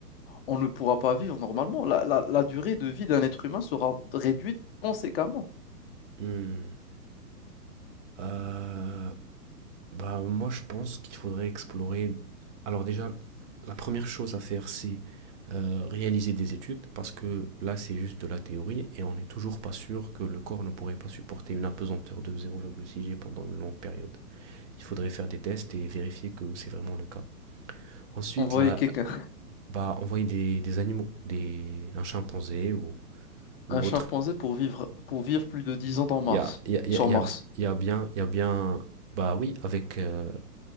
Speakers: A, on the left; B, on the right.
A: on ne pourra pas vivre normalement. La, la- la durée de vie d'un être humain sera réduite conséquemment.
B: Hmm. Euh, Bah, moi, je pense qu'il faudrait explorer. Alors, déjà, la première chose à faire, c'est euh, réaliser des études, parce que là, c'est juste de la théorie et on n'est toujours pas sûr que le corps ne pourrait pas supporter une apesanteur de 0,6 G pendant une longue période. Il faudrait faire des tests et vérifier que c'est vraiment le cas. Ensuite,
A: Envoyer
B: là,
A: quelqu'un,
B: bah, envoyer des, des animaux, des, un chimpanzé ou,
A: <laughs>
B: ou
A: un chimpanzé
B: autre.
A: pour vivre, pour vivre plus de 10 ans dans
B: Il
A: Mars,
B: y a, il y a- il
A: sur
B: y
A: Mars.
B: a- il y a- bien, il y a bien, bah oui, avec euh,